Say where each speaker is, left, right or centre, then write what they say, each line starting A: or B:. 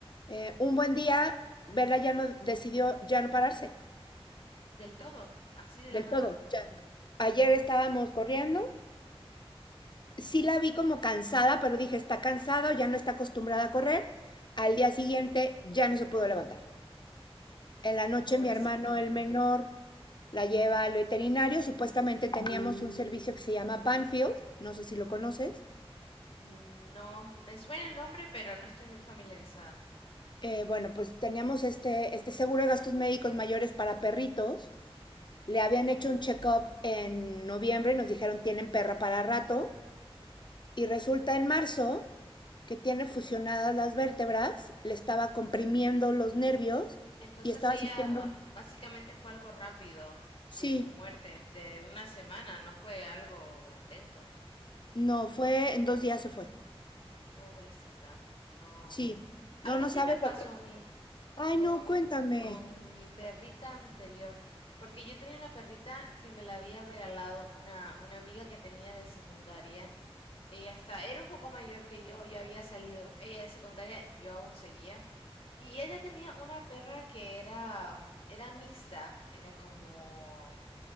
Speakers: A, on the left (about 45°); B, on the left (about 65°).
A: eh, un buen día, Vela ya no decidió ya no pararse
B: Del todo, así de
A: del
B: la nada.
A: todo. Ya. Ayer estábamos corriendo. Sí la vi como cansada, pero dije, está cansada o ya no está acostumbrada a correr. Al día siguiente ya no se pudo levantar. En la noche
B: Pobrecita.
A: mi hermano, el menor, la lleva al veterinario. Supuestamente teníamos un servicio que se llama Banfield, no sé si lo conoces
B: Mm, No, me suena el nombre, pero no estoy muy familiarizada.
A: Eh, bueno, pues teníamos este, este seguro de gastos médicos mayores para perritos. Le habían hecho un check-up en noviembre, nos dijeron tienen perra para rato. Y resulta en marzo que tiene fusionadas las vértebras, le estaba comprimiendo los nervios
B: Entonces
A: y estaba
B: ella
A: sintiendo un...
B: básicamente fue algo rápido, su,
A: Sí,
B: su muerte de una semana, no fue algo lento.
A: no, fue en dos días se fue.
B: Pobrecita, no.
A: Sí, no,
B: Algo
A: no
B: así
A: sabes
B: me pasó
A: lo que...
B: a mí
A: Ay,
B: con,
A: no, cuéntame.
B: con mi perrita anterior, porque yo tenía una perrita que me la había regalado una, una amiga que tenía de secundaria. Ella está, era un poco mayor que yo, ya había salido. Ella de secundaria, yo aún seguía. Y ella tenía una perra que era, era mixta, era como